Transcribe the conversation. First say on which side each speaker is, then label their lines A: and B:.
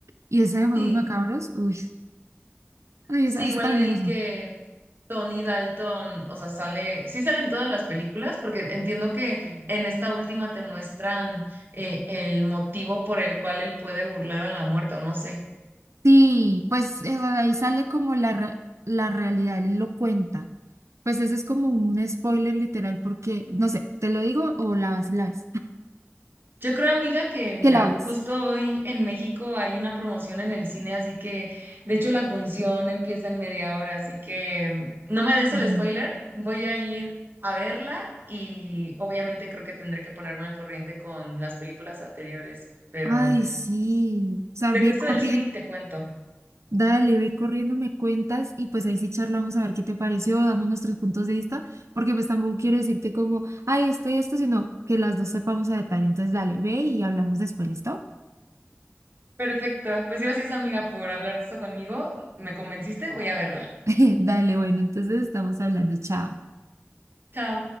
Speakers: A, on the right; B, on the right.
A: Y esa de Juegos
B: sí,
A: Macabros, uy, uy,
B: sí,
A: esa, esa
B: igual
A: también
B: leí
A: me gusta.
B: que Tony Dalton, o sea, sale, sí salen todas las películas, porque entiendo que
A: Mm.
B: en esta última te muestran eh, el motivo por el cual él puede burlar a la muerte, o no sé.
A: Sí, pues eso, de ahí sale como la, re- la realidad, él lo cuenta. Pues ese es como un spoiler literal, porque, no sé, ¿te lo digo o la vas y la ves?
B: Yo creo, amiga, que
A: <laughs>
B: mira,
A: ¿Qué la ves?
B: justo hoy en México hay una promoción en el cine, así que de hecho la función empieza en media hora, así que mm, no me des
A: Corriendo.
B: el spoiler, voy a ir a verla y obviamente creo que tendré que ponerme al corriente con las películas anteriores, pero
A: Ay, sí.
B: s-
A: O sea,
B: regreso
A: ve corriendo,
B: del cine y te cuento.
A: dale, ve corriendo, me cuentas y pues ahí sí charlamos a ver qué te pareció, damos nuestros puntos de vista, porque pues tampoco quiero decirte como, ay, esto y esto, sino que las dos sepamos a detalle. Entonces, dale, ve y hablamos después, ¿listo?
B: Perfecto, pues gracias, amiga, por hablar de esto conmigo, me convenciste, voy a verla.
A: <laughs> Dale, bueno, entonces estamos hablando, chao.
B: Chao.